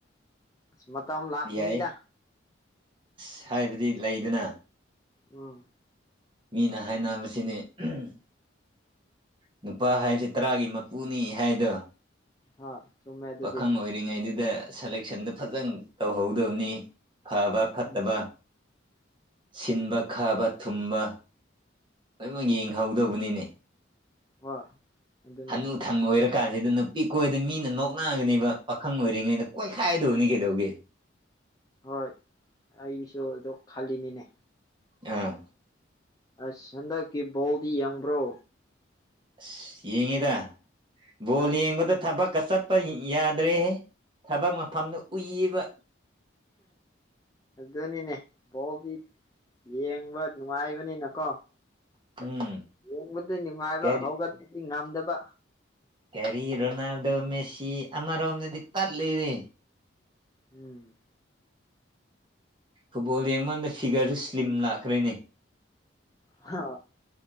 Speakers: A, on the left (about 20°); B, on the right (about 25°).
A: ꯑꯁ ꯃꯇꯝ ꯂꯥꯛꯈꯤꯅꯤꯗ
B: ꯌꯥꯏ ꯑꯁ ꯍꯥꯏꯕꯗꯤ ꯂꯩꯗꯅ
A: ꯎꯝ
B: ꯃꯤꯅ ꯍꯥꯏꯅꯕꯁꯤꯅꯦ ꯑꯍꯝ ꯅꯨꯄꯥ ꯍꯥꯏꯁꯦ ꯇꯔꯥꯒꯤ ꯃꯄꯨꯅꯤ ꯍꯥꯏꯗꯣ
A: ꯍꯣꯏ ꯆꯨꯝꯃꯦ ꯑꯗꯨꯗꯤ
B: ꯄꯥꯈꯪ ꯑꯣꯏꯔꯤꯉꯩꯗꯨꯗ ꯁꯦꯂꯦꯛꯁꯟꯗꯣ ꯐꯖꯅ ꯇꯧꯍꯧꯗꯧꯅꯤ ꯐꯕ ꯐꯠꯇꯕ
A: ꯎꯝ
B: ꯁꯤꯟꯕ ꯈꯥꯕ ꯊꯨꯝꯕ ꯂꯣꯏꯃꯛ ꯌꯦꯡꯍꯧꯗꯧꯕꯅꯤꯅꯦ
A: ꯍꯣꯏ ꯑꯗꯨꯅꯦ
B: ꯍꯅꯨ ꯊꯪ ꯑꯣꯏꯔꯀꯥꯟꯁꯤꯗ ꯅꯨꯄꯤꯛ ꯀꯣꯏꯗ ꯃꯤꯅ ꯅꯣꯛꯅꯒꯅꯦꯕ ꯄꯥꯈꯪ ꯑꯣꯏꯔꯤꯉꯩꯗ ꯀꯣꯏꯈꯥꯏꯗꯧꯅꯤ ꯀꯩꯗꯧꯒꯦ
A: ꯍꯣꯏ ꯑꯩꯁꯨ ꯑꯗꯨ ꯈꯜꯂꯤꯅꯤꯅꯦ
B: ꯑꯥ
A: ꯑꯁ ꯍꯟꯗꯛꯀꯤ ꯕꯣꯜꯗꯤ ꯌꯦꯡꯕ꯭ꯔꯣ
B: ꯑꯁ ꯌꯦꯡꯉꯦꯗ ꯕꯣꯜ
A: ꯑꯁ
B: ꯌꯦꯡꯕꯗ ꯊꯕꯛꯀ ꯆꯠꯄ ꯌꯥ- ꯌꯥꯗ꯭ꯔꯦꯍꯦ ꯊꯕꯛ ꯃꯐꯝꯗ ꯎꯏꯌꯦꯕ
A: ꯑꯗꯨꯅꯤꯅꯦ ꯕꯣꯛꯀꯤ ꯌꯦꯡꯕ ꯅꯨꯡꯉꯥꯏꯕꯅꯤꯅꯀꯣ
B: ꯎꯝ
A: ꯌꯦꯡꯕꯗꯤ ꯅꯨꯡꯉꯥꯏꯕ
B: ꯀꯔꯤ
A: ꯍꯧꯒꯠꯕꯗꯤ ꯉꯝꯗꯕ
B: ꯀꯦꯔꯤ ꯔꯣꯅꯥꯜꯗꯣ ꯃꯦꯁꯤ ꯑꯃꯔꯣꯝꯗꯗꯤ ꯇꯜꯂꯤꯅꯦ
A: ꯎꯝ
B: ꯐꯨꯠꯕꯣꯜ ꯌꯦꯡꯉꯀꯥꯟꯗ ꯐꯤꯒꯔꯁꯨ ꯁ꯭ꯂꯤꯝ ꯂꯥꯛꯈ꯭ꯔꯦꯅꯦ
A: ꯍ